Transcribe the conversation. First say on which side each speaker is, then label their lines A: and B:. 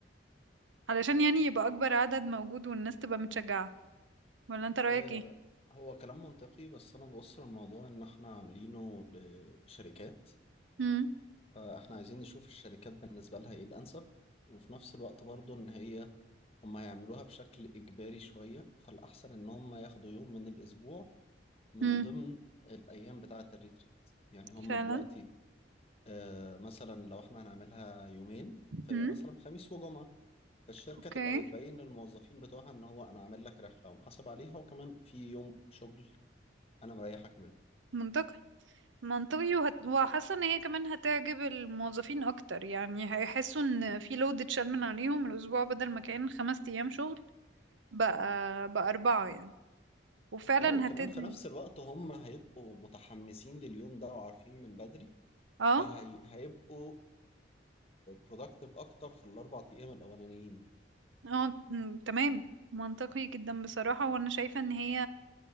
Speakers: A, on the right (about 90°); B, on the left (about 30°).
A: علشان يعني يبقى اكبر عدد موجود والناس تبقى متشجعة ولا انت رأيك
B: آه
A: ايه
B: هو كلام منطقي بس أنا ببص للموضوع إن إحنا عاملينه لشركات
A: امم
B: فإحنا عايزين نشوف الشركات بالنسبة لها إيه الأنسب وفي نفس الوقت برضو إن هي هم هيعملوها بشكل إجباري شوية فالأحسن إن هم ياخدوا يوم من الأسبوع من
A: امم
B: ضمن الأيام بتاعة الريتريت يعني هم
A: فعلا
B: دلوقتي آه مثلا لو إحنا هنعملها يومين فيبقى
A: امم
B: مثلا خميس وجمعة فالشركة
A: اوكي
B: تبقى بتبين للموظفين بتوعها ان هو انا عامل لك رحلة ومحاسب عليها وكمان في يوم شغل انا مريحك منه
A: منطقي منطقي وهت... وحاسه ان هي كمان هتعجب الموظفين اكتر يعني هيحسوا ان في لود اتشال من عليهم الاسبوع بدل ما كان خمس ايام شغل بقى بقى اربعه يعني وفعلا
B: اه وكمان
A: هتدني
B: في نفس الوقت هم هيبقوا متحمسين لليوم ده وعارفين من بدري
A: اه
B: فهيبقوا برودكتيف اكتر في الاربع ايام الاولانيين
A: اه م- تمام منطقي جدا بصراحه وانا شايفه ان هي